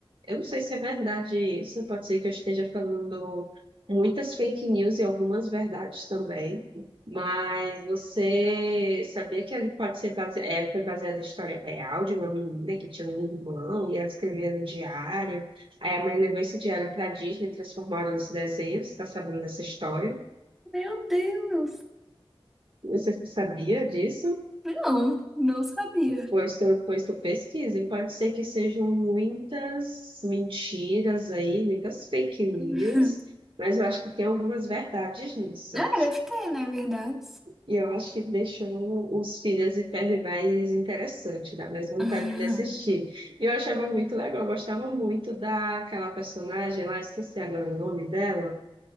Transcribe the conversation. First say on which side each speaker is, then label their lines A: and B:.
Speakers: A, on the right; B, in the centre.
A: Eu não sei se é verdade isso, pode ser que eu esteja falando muitas fake news e algumas verdades também, mas você sabia que ele pode ser base... é, foi baseada em história real de uma menina que tinha um irmão e ela escrevia no diário, aí a mãe levou esse diário para Disney e transformaram nos desenhos, está sabendo dessa história?
B: Meu Deus!
A: Você sabia disso?
B: Não, não sabia.
A: Pois tu, pois tu pesquisa, e pode ser que sejam muitas mentiras aí, muitas fake news,
B: <laughs>
A: mas eu acho que tem algumas verdades nisso.
B: Ah, deve ter, né? Verdade.
A: E eu acho que deixou os Filhas e Ferro mais interessante, dá mais vontade
B: <laughs>
A: de assistir. E eu achava muito legal, eu gostava muito daquela personagem lá, esqueci agora o nome dela,